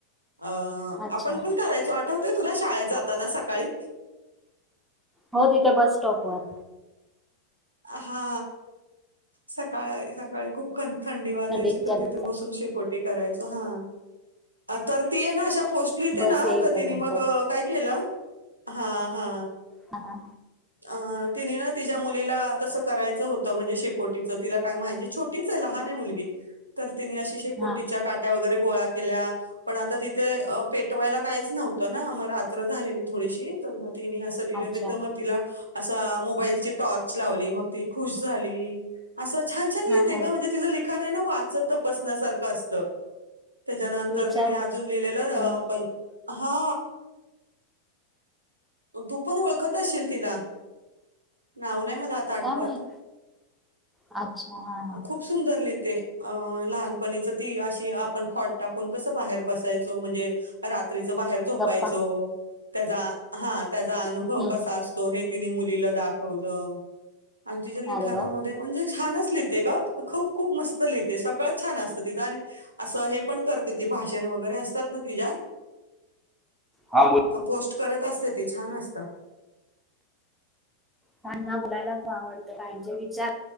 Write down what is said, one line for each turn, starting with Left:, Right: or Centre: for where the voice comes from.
Right: अं
Centre: अच्छा
Right: आपण पण करायचो आठवतोय तुला शाळेत जाताना सकाळी?
Centre: हो तिथे बस सटॉपवर.
Right: हा सकाळ सकाळी खूप खंत. थंडी वाजायची
Centre: थंडीच्या
Right: तर
Centre: दिवसात
Right: तिथे बसून शेकोटी करायचो हा तर ती आहे ना अशा पोस्ट लिहीते
Centre: बस
Right: ना
Centre: येईपर्यंत
Right: ता तिने मग काय केलं हा हा.
Centre: ह हा
Right: अ तिनी ना तिच्या मुलीला तसा करायच होत म्हणजे शेकोटीच तिला काय म्ह छोटीच आहे लहान आहे मुलगी. तिनी अशी शेकोटीच्या
Centre: हा
Right: काट्या वगैरे गोळा केल्या पण आता तिथेे पे पेटवायला काहीच नव्हतं ना म रात्र झालेली थोडीशी तर मग तिने असं लिहिलं
Centre: अच्छा
Right: मग तिला असा मोबाईलची टॉर्च लावली मग ती खुश झाली. असं छान छान लिहिते
Centre: हा हा
Right: ग म्हणजे तिचं लिखाण आहे ना वाचत बसण्यासारखं असतं. त्याच्यानंतर
Centre: विचार
Right: तिने अजून लिहिलेलं
Centre: हम्म
Right: आपण हा. तू पण ओळखत असशील तिला नाव नाही मला आता आठवत
Centre: काय माहित अच्छा हा हा
Right: खुप सुंदर लिहीत ते लहानपणीच ती अशी आपण खाट टाकून कसं बाहेर बसायचो म्हणजे रात्री रात्रीच बाहेर झोपायचो
Centre: गप्पा
Right: त्याचा हा त्याचा अनुभव
Centre: हम्म
Right: कसा असतो. तिने मुलीला दाखवलं. आणि तिच्या लिखाणामध्ये
Centre: अरे वा
Right: म्हणजे छानच लिहिते ग खूप खूप मस्त लिहिते. ते सगळंच छान असतं तिच असं हे पण करते ती भाषण वगैरे असतात. न तिजा
Centre: हा बोल
Right: पोस्ट करत असते ती छान असत.
Centre: काहीना बोलायला खूप आवडतं काहिंचे विचार